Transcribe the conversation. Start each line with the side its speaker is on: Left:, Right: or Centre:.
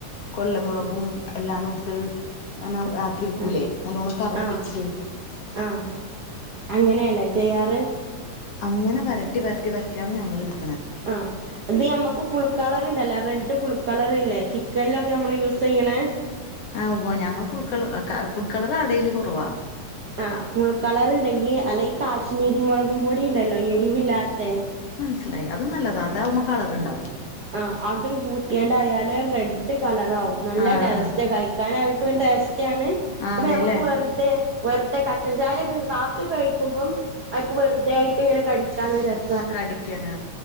Left: കൊല്ലമൊളകും എല്ലാനൂട്ട് അനെ ആക്കി എടുക്കൂല്ലേ
Right: ആഹ്
Left: നല്ലോണ്ണം കറപ്പിച്ച്
Right: ആഹ് ആഹ് അങ്ങനെയാല്ലേ ചെയ്യാറ്
Left: അങ്ങനെ വരട്ടി വരട്ടി വരട്ടിയാണ് ഞങ്ങൾ എട്
Right: ആ അത് ഞമ്മക്ക് ഫുൾ കളർ ഇണ്ടല്ലോ റെഡ് ഫുൾ കളർ ഇല്ലേ ചിക്കനിലൊക്കെ നമ്മള് യൂസ് ചെയ്യണേ?
Left: ആവോ ഞങ്ങൾ ഫുൾ കളർ ക ഫുഡ് കളർ ആഡ് ചെയ്യല് കൊറവാ
Right: ആഹ് ഫുൾ കളർ ഇണ്ടെങ്കി അല്ലെങ്കിൽ കാശ്മീരി മുളക് കും പൊടി ഇണ്ടല്ലോ എരിവില്ലാത്തെ?
Left: സ്സിലായി. അത് നല്ലതാ അതാവുമ്മൊ കളറ്ണ്ടാവും.
Right: ആ അതും കൂട്ടിയേണ്ടായാല് റെഡ് ഡ് കളറാവും നല്ല
Left: ആ
Right: ടേസ്റ്റാ
Left: ആ
Right: കഴിക്കാനായി ഇപ്പം ടേസ് ക്കാണ്
Left: ആ
Right: അപ്പൊ
Left: അതെല്ലേ
Right: ഞമ്മക്ക് വെറുതെ- വെറുത കട്ടൻചായയൊക്കെ കാപ്പി കഴിക്കുമ്പം അയ്ക്ക് വെറുതേ ആയി എനിക്ക് ഇങ്ങനെ കടിക്കൻ ഒരു ര
Left: കടിക്കനാ